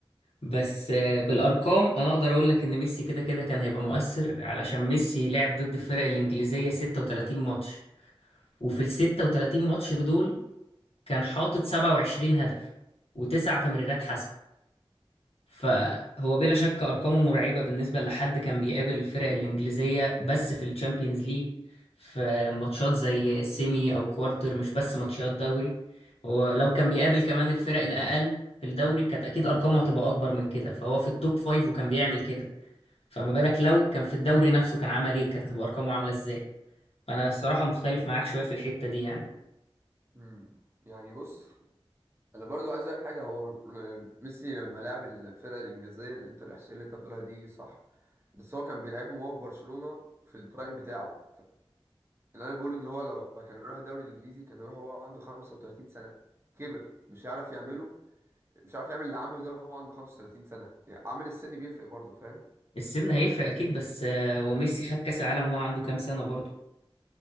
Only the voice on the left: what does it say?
بس آه، بالارقام انا اقدر اقول لك ان ميسي كده كده كان هيبقى مؤثر علشان ميسي لعب ضد الفرق الانجليزيه 36 ماتش وفي ال 36 ماتش دول كان حاطط 27 هدف وتسع تمريرات حسم فهو بلا شك ارقامه مرعبه بالنسبه لحد كان بيقابل الفرق الانجليزيه بس في الشامبيونز ليج في ماتشات زي سيمي او كوارتر مش بس ماتشات دوري هو لو كان بيقابل كمان الفرق الاقل في الدوري كانت اكيد ارقامه هتبقى اكبر من كده فهو في التوب فايف وكان بيعمل كده فما بالك لو كان في الدوري نفسه كان عمل ايه كانت هتبقى ارقامه عامله ازاي فانا الصراحه مختلف معاك شويه في الحته دي يعني
السن هيفرق اكيد بس آه، هو ميسي خد كاس العالم وهو عنده كام سنه برضه